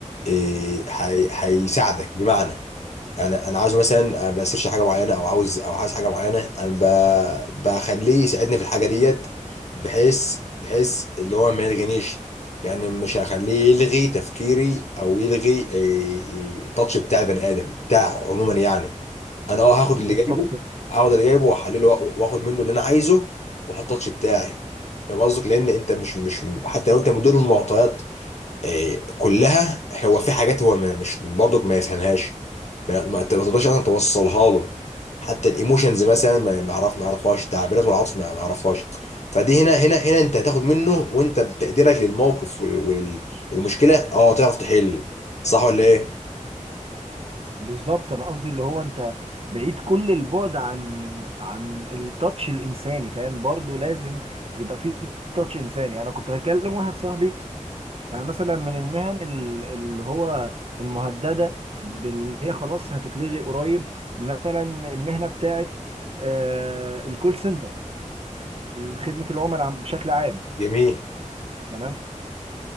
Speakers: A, on the left (about 55°); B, on the right (about 45°).
A: إيه، هي- هيساعدك بمعنى انا انا عاوز مثلا بسيرش حاجه معينه او عاوز او عايز حاجه معينه انا ب- بخليه يساعدني في الحاجه ديت بحيث بحيث اللي هو ما يلغينيش يعني مش هخليه يلغي تفكيري او يلغي إيه، التاتش بتاع البني ادم بتاعه عموما يعني انا اه هاخد
B: بالظبط
A: اللي جايبه هاخد اللي جايبه واحلله وآ- واخد منه اللي انا عايزه واحط التاتش بتاعي فاهم قصدك لان انت مش مش حتى لو انت مدير المعطيات إيه، كلها هو في حاجات هو ما مش برضك ما يفهمهاش ما ما انت ما تقدرش اصلا توصلها له حتى الايموشنز مثلا ما ما يعرف ما يعرفهاش تعبيرات والعطف ما ما يعرفهاش فدي هنا هنا هنا انت هتاخد منه وانت بتقديرك للموقف والمشكله اه تعرف تحل صح ولا ايه
B: بالظبط انا قصدي اللي هو انت بعيد كل البعد عن عن التاتش الانساني فاهم برضو لازم يبقى فيه تاتش انساني انا كنت بكلم واحد صاحبي يعني مثلا من المهن ال- اللي هو المهدده اللي هي خلاص هتتلغي قريب مثلا المهنه بتاعت آه، الكول سنتر خدمه العملاء عم- بشكل عام
A: جميل
B: تمام